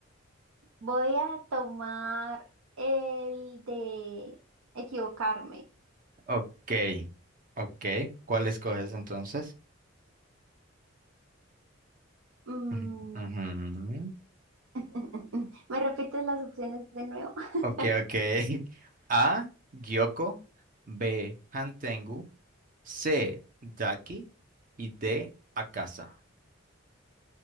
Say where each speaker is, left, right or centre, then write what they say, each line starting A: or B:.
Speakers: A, on the right; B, on the right.
A: voy a tomar el de equivocarme.
B: Ok, ok. ¿Cuál escoges entonces?
A: Mm,
B: Ujú. Ujú.
A: <laughs> ¿me repites las opciones de nuevo? <laughs>
B: Ok, ok. <laughs> A. Gyoko. B. Hantengu. C, de aquí y D, a casa.